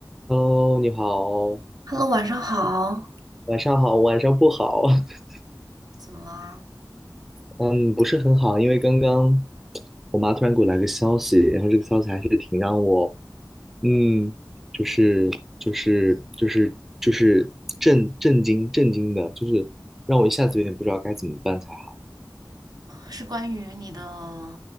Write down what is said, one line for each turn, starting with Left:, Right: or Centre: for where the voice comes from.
Centre: Hello，你好，
Right: Hello，晚上好。
Centre: 晚上好，晚上不好，<laughs>
Right: 怎么啦？
Centre: 嗯，不是很好，因为刚刚我妈突然给我来个消息，然后这个消息还是挺让我，嗯，就是就是就是就是震震惊震惊的，就是让我一下子有点不知道该怎么办才好。
Right: 是关于你的